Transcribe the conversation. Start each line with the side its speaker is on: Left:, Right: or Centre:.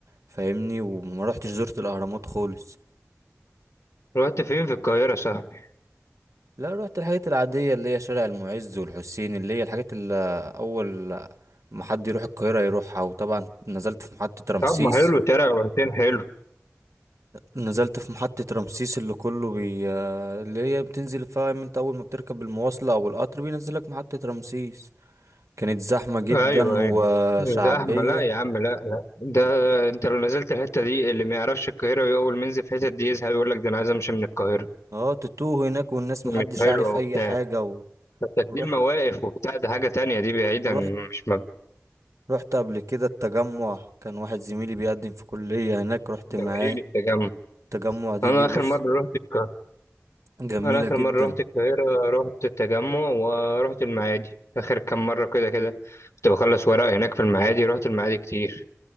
Right: فاهمني وما رحتش زرت الاهرامات خالص
Left: رحت فين في القاهرة يا صاحبي؟
Right: لا رحت الحاجات العادية اللي هي شارع المعز والحسين اللي هي الحاجات اللي أول ما حد يروح القاهرة يروحها وطبعا نزلت في محطة رمسيس
Left: طب ما حلو شارع وحسين حلو
Right: نزلت في محطة رمسيس اللي كله بي اللي هي بتنزل فاهم انت أول ما بتركب المواصلة أو القطر بينزلك محطة رمسيس كانت زحمة جدا
Left: ايوه ايوه
Right: وشعبية
Left: زحمه لا يا عم لا لا ده انت لو نزلت الحته دي اللي ما يعرفش القاهره ويقول منزل في الحته دي يزهق يقول لك ده انا عايز امشي من القاهره
Right: اه تتوه هناك والناس
Left: مش
Right: محدش
Left: حلوه
Right: عارف أي
Left: وبتاع
Right: حاجة و...
Left: بس
Right: ورحت
Left: دي المواقف وبتاع ده حاجه تانية دي بعيدا
Right: ورحت
Left: مش مب-
Right: رحت قبل كده التجمع كان واحد زميلي بيقدم في كلية هناك رحت معاه
Left: ده بديل التجمع
Right: التجمع دي
Left: انا
Right: جه بص
Left: اخر مره رحت القاهره
Right: جميلة
Left: انا اخر
Right: جدا
Left: مره رحت القاهره رحت التجمع ورحت المعادي اخر كام مره كده كده كنت بخلص ورق هناك في المعادي رحت المعادي كتير